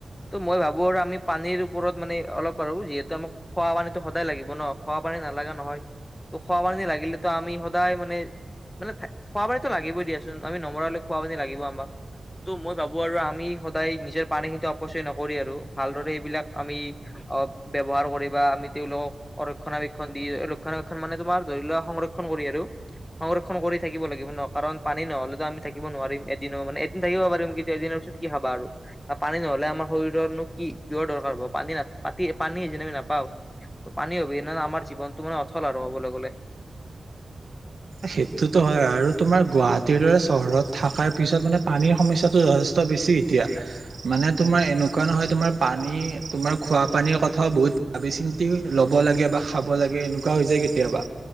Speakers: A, on the left; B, on the right.
A: ত' মই ভাবো আৰু আমি পানীৰ ওপৰত মানে অলপ আৰু যিহেতু আমাক খোৱা পানী ত' সদায় লাগিব ন। খোৱা পানী নালাগা নহয়। ত' খোৱা পানী লাগিলেতো আমি সদায় মানে মানে খোৱা পানীতো লাগিবই দিয়াচোন। আমি নমৰালে খোৱা পানী লাগিব আমাক। ত' মই ভাবো আৰু আমি সদায় নিজৰ পানীখিনি অপচয় নকৰি আৰু ভালদৰে সেইবিলাক আমি অ', ব্যৱহাৰ কৰিবা আমি তেওঁলোকক। অ' ৰক্ষণাবেক্ষণ দি ৰক্ষণাবেক্ষণ মানে তোমাৰ ধৰি লোৱা, সংৰক্ষণ কৰি আৰু সংৰক্ষণ কৰি থাকিব লাগিব ন, কাৰণ পানী নহ'লেতো আমি থাকিব নোৱাৰিম এদিনো, মানে এদিন থাকিব পাৰিম কিন্তু এদিনৰ পিছত কি খাবা আৰু? পানী নহ'লে আমাৰ শৰীৰৰনো কিহৰ দৰকাৰ হ'ব, পানী পতি পানী যে আমি নাপাওঁ ত' পানীৰ অবিহনে আমাৰ জীৱনটো মানে অথল আৰু হ'বলৈ গ'লে।
B: সেইটোতো হয়, আৰু তোমাৰ গুৱাহাটীৰ দৰে চহৰত থাকাৰ পিছত মানে পানীৰ সমস্যাটো যথেষ্ট বেছি এতিয়া। মানে তোমাৰ এনেকুৱা নহয় তোমাৰ পানী তোমাৰ খোৱা পানীৰ কথাও বহুত ভাবি চিন্তি ল'ব লাগে বা খাব লাগে এনেকুৱা হৈ যায় কেতিয়াবা।